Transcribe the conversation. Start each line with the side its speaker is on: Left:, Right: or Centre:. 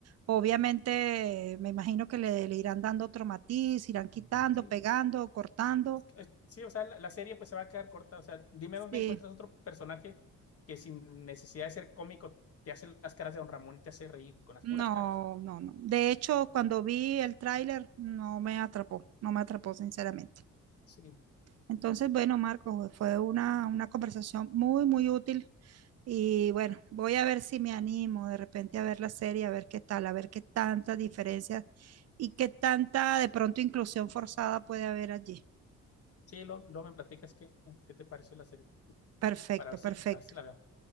Right: Obviamente, eh, me imagino que le, le irán dando otro matiz, irán quitando,
Left: Sí,
Right: pegando, cortando.
Left: es que- es- sí, o sea, la, la serie pues se va a quedar corta. O sea, dime dónde
Right: Sí,
Left: encuentras otro personaje que sin necesidad de ser cómico te hace las caras de don Ramón y te hace reír con las
Right: no,
Left: puras caras.
Right: no, no. De hecho, cuando vi el tráiler, no me atrapó, no me atrapó, sinceramente.
Left: Sí,
Right: Entonces, bueno, Marcos, fue una, una conversación muy, muy útil. Y bueno, voy a ver si me animo de repente a ver la serie, a ver qué tal, a ver qué tantas diferencias y qué tanta de pronto inclusión forzada puede haber allí.
Left: sí, lo, luego me platicas qué, qué te pareció la serie,
Right: Perfecto,
Left: para ver si,
Right: perfecto.
Left: a ver si la veo.